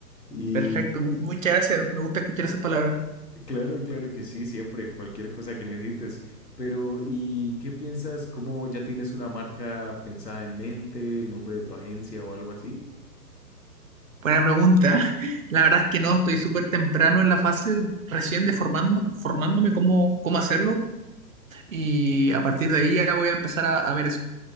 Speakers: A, on the left; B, on the right.
A: Y,
B: Perfecto, mu- muchas gracias, me gusta escuchar esas palabras.
A: Claro, claro que sí, siempre, cualquier cosa que necesites. Pero, ¿y qué piensas? ¿Cómo ya tienes una marca pensada en mente, el nombre de tu agencia o algo así?
B: Buena pregunta. <laughs> La verdad es que no, estoy súper temprano en la fase, recién de formando, formándome cómo, cómo hacerlo, y a partir de ahí ya voy a empezar a, a ver eso.